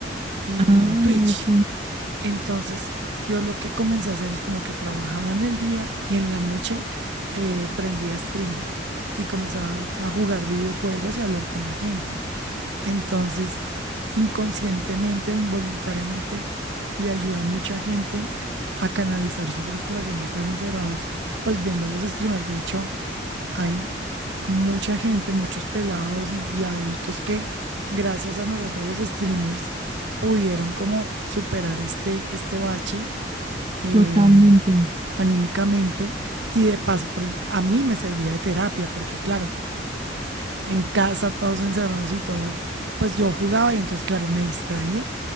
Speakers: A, on the right; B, on the right.
A: y
B: Ah,
A: en Twitch.
B: ok,
A: Entonces, yo lo que comencé a hacer es como que trabajaba en el día y en la noche eh, prendía stream y comenzaba a jugar videojuegos y a hablar con la gente. Entonces, inconscientemente o involuntariamente, le ayuda a mucha gente a canalizar su frustración de estar encerrados, pues viendo los streamers. De hecho, hay mucha gente, muchos pelados y, y adultos que, gracias a nosotros los streamers, pudieron como superar este, este bache. em,
B: totalmente.
A: anímicamente y de paso, por ej- a mí me servía de terapia, porque claro, en casa, todos encerrados y todo, pues yo jugaba y entonces, claro, me distraía,